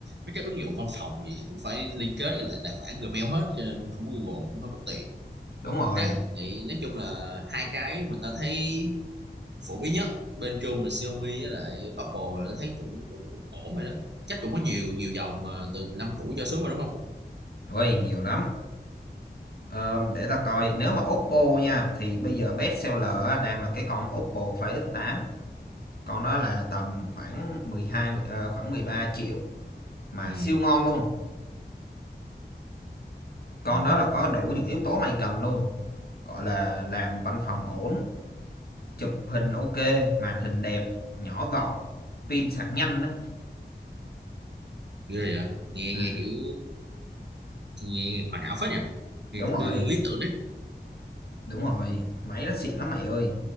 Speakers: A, on the right; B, on the left.
A: mấy cái ứng dụng văn phòng gì thì cũng phải liên kết với lại tài khoản Gmail hết cho nên không có Google cũng hơi bất tiện
B: Đúng rồi.
A: Ok, vậy nói chung là hai cái mình ta thấy phổ biến nhất bên Trung là Xiaomi với lại Oppo là ta thấy cũng cũng cũng ổn rồi đó chắc cũng có nhiều nhiều dòng mà từ 15 củ cho xuống mà đúng không
B: Ôi, nhiều lắm. Ờ, để ta coi, nếu mà Oppo nha, thì bây giờ best seller đang là cái con Oppo Find X8, con đó là tầm khoảng 12 mười- ờ, khoảng 13 triệu mà
A: ừ
B: siêu ngon luôn. Con
A: ừ
B: đó là có
A: mười
B: đủ
A: hai
B: những yếu tố mày cần luôn. gọi là làm văn phòng ổn chụp hình ok màn hình đẹp nhỏ gọn pin sạc nhanh đó
A: ghê vậy nghe
B: ừ
A: nghe kiểu nghe hoàn hảo phết nhỉ nghe
B: đúng
A: cũng
B: rồi
A: lý, lý tưởng đấy
B: đúng rồi máy nó xịn lắm mày ơi